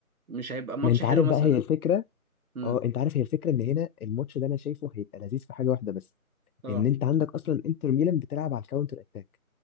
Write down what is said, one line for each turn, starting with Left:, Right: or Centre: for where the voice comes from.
Right: مش هيبقى ماتش
Left: ما انت
Right: حلو
Left: عارف
Right: مثلا
Left: بقى هي الفكره
Right: امم
Left: اه انت عارف هي الفكره ان هنا الماتش ده انا شايفه هيبقى لذيذ في حاجه واحده بس
Right: اه
Left: ان انت عندك اصلا انتر ميلان بتلعب على الكاونتر اتاك